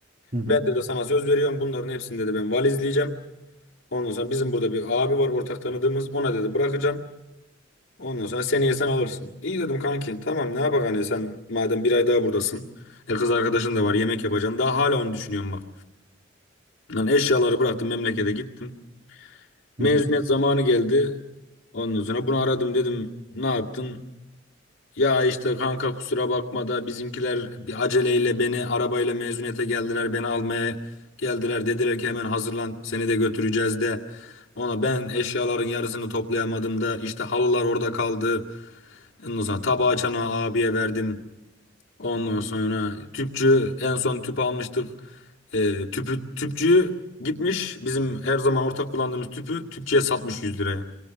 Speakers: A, on the right (about 45°); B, on the left (about 90°).
A: Hı hı.
B: Ben de sana söz veriyorum bunların hepsini dedi ben valizleyeceğim. Ondan sonra bizim burada bir abi var ortak tanıdığımız ona dedi bırakacağım. Ondan sonra seneye sen alırsın. İyi dedim kanki. Tamam ne yapak hani sen madem bir ay daha buradasın. E kız arkadaşın da var yemek yapacaksın. Daha hala onu düşünüyorum bak. Lan eşyaları bıraktım memlekete gittim. Mezuniyet
A: Hı hı.
B: zamanı geldi. Ondan sonra bunu aradım dedim ne yaptın? Ya işte kanka kusura bakma da bizimkiler bir aceleyle beni arabayla mezuniyete geldiler. Beni almaya geldiler. Dediler ki hemen hazırlan seni de götüreceğiz de. Ona ben eşyaların yarısını toplayamadım da işte halılar orada kaldı. Ondan sonra tabağı çana abiye verdim. Ondan sonra tüpçü en son tüp almıştık. Ee, tüpü tüpçüyü gitmiş bizim her zaman ortak kullandığımız tüpü tüpçüye satmış 100 liraya.